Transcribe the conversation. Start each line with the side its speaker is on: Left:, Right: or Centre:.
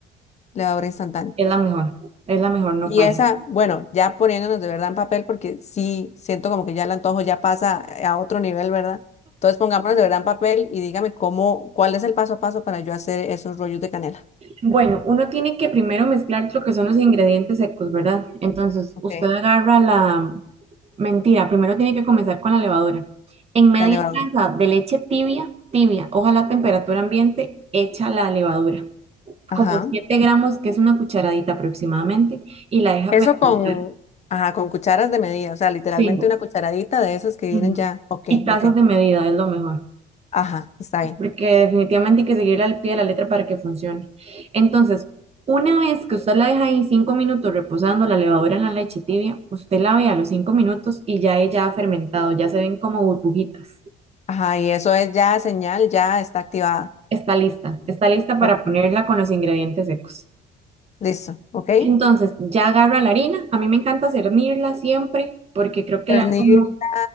Left: Levadura instantánea.
Right: Es la mejor, es la mejor, no
Left: Y
Right: falla.
Left: esa, bueno, ya poniéndonos de verdad en papel, porque sí siento como que ya el antojo ya pasa a otro nivel, ¿verdad? Entonces pongámonos de verdad en papel y dígame cómo, cuál es el paso a paso para yo hacer esos rollos de canela,
Right: Bueno, uno tiene que primero mezclar lo que son los ingredientes secos, ¿verdad? Entonces,
Left: Ok.
Right: usted agarra la, Mentira, primero tiene que comenzar con la levadura. En media
Left: la levadura.
Right: taza de leche tibia, tibia, ojalá a temperatura ambiente, echa la levadura,
Left: Ajá.
Right: como 7 gramos, que es una cucharadita aproximadamente, y la deja
Left: Eso
Right: fermentar.
Left: con, ajá, con cucharas de medida, o sea, literalmente
Right: Sí.
Left: una cucharadita de esas que vienen
Right: ujú.
Left: ya. Ok,
Right: Y tazas
Left: ok.
Right: de medida es lo mejor,
Left: Ajá, está bien.
Right: porque definitivamente hay que seguirla al pie de la letra para que funcione. Entonces, una vez que usted la deja ahí 5 minutos reposando la levadura en la leche tibia, usted la ve a los 5 minutos y ya ella ha fermentado, ya se ven como burbujitas.
Left: Ajá, y eso es ya señal, ya está activada.
Right: Está lista, está lista para
Left: Ok,
Right: ponerla con los ingredientes secos.
Left: listo, ok.
Right: Entonces, ya agarra la harina. A mí me encanta cernirla siempre porque creo que
Left: Cernirla,
Right: le da como